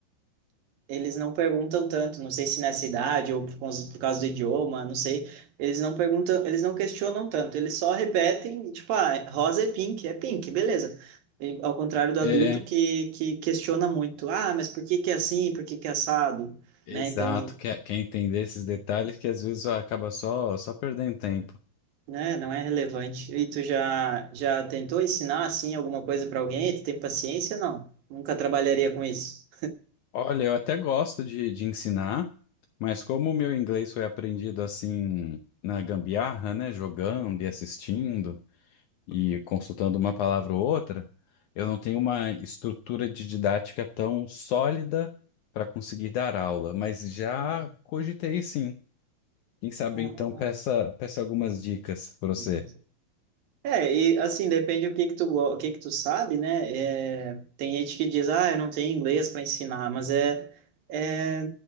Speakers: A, on the right; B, on the left.
A: eles não perguntam tanto, não sei se nessa idade ou por causa, por causa do idioma, não sei. Eles não perguntam, eles não questionam tanto, eles só repetem, tipo, ah, rosa é pink, é pink, beleza. E, ao contrário do
B: É,
A: adulto que, que questiona muito, ah, mas por que que é assim, por que que é assado,
B: exato,
A: né? Então,
B: quer, quer entender esses detalhes que às vezes acaba só, só perdendo tempo.
A: né, não é relevante. E tu já, já tentou ensinar, assim, alguma coisa para alguém? Tu tem paciência? Não, nunca trabalharia com isso.
B: Olha, eu até gosto de, de ensinar, mas como o meu inglês foi aprendido assim na gambiarra, né? Jogando e assistindo. e consultando uma palavra ou outra, eu não tenho uma estrutura de didática tão sólida para conseguir dar aula, mas já
A: Uhum.
B: cogitei sim. Quem sabe
A: Ah,
B: então peça, peça algumas dicas para você.
A: tá. É, e assim, depende do que que tu, go- o que que tu sabe, né? É, tem gente que diz, ah, eu não tenho inglês para ensinar, mas é, é,